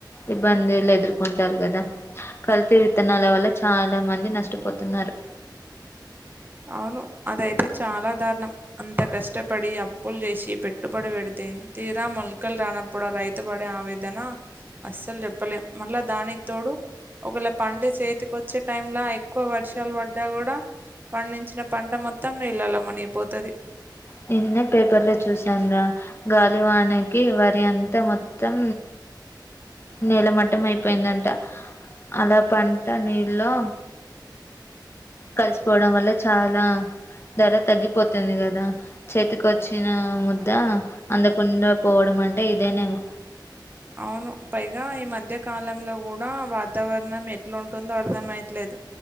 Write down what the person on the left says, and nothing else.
ఇబ్బందులు ఎదుర్కొంటారు కదా కల్తీ విత్తనాల వల్ల చాలా మంది నష్టపోతున్నారు
నిన్నే పేపర్ లో చూశాను రా గాలివానకి వరి అంతా మొత్తం నేల మట్టం అయిపోయిందంట అలా పంట నీళ్లో కలిసిపోవడం వల్ల చాలా ధర తగ్గిపోతుంది కదా చేతికి వచ్చిన ముద్ద అందకుండా పోవడం అంటే ఇదేనేమో